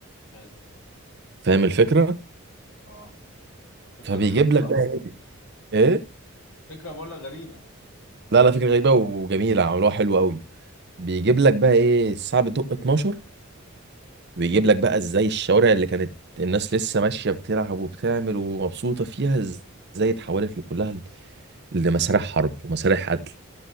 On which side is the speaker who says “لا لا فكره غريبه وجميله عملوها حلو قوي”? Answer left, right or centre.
Right